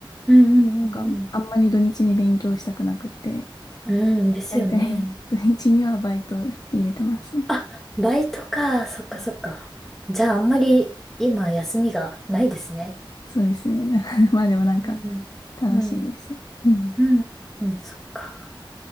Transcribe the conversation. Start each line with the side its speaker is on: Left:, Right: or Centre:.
Centre: うんうんうん
Left: なんかあんまり土日に勉強したくなくって、
Centre: うん。うん、ですよね。
Left: 大体、土日にはバイト入れてますね。
Centre: あ、バイトか。そっかそっか。
Left: うん
Centre: じゃああんまり今休みがないですね。
Left: そうですね。な <laughs> まあでもなんか、
Centre: うん。
Left: 楽しいですよ。
Centre: うん。
Left: うん。
Centre: うん。うん、そっか。